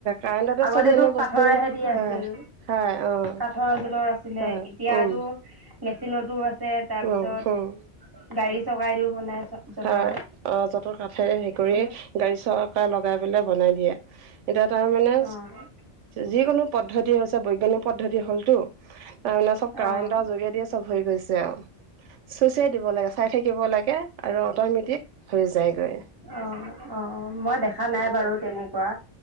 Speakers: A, on the right (about 80°); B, on the right (about 20°).
A: কাৰেণ্টতে
B: আগতেটো
A: চব মানে বস্তু
B: কাঠৰহে দি আছিল।
A: হয় হয় অঁ
B: কাঠৰ যঁতৰ আছিলে
A: হয়
B: এতিয়াতো
A: উম,
B: মেচিনতো আছে তাৰপিছত
A: উম, উম।
B: গাড়ী চকাই দিওঁ বনাই। যঁতৰ
A: হয় অ যতৰ কাঠে হেৰি কৰি
B: অ',
A: গাড়ী চকা লগাই পেলাই বনাই দিয়ে। এতিয়া তাৰ মানে
B: অ',
A: যিকোনো পদ্ধতি হৈছে বৈজ্ঞানিক পদ্ধতি হ'লটো। তাৰ মানে চব
B: অ',
A: কাৰেণ্টৰ যোগেদিয়ে চব হৈ গৈছে চুইচহে দিব লাগে চাই থাকিব লাগে। আৰু অট'মেটিক হৈ যায়গৈ।
B: অ', অ' মই দেখা নাই বাৰু তেনেকুৱা।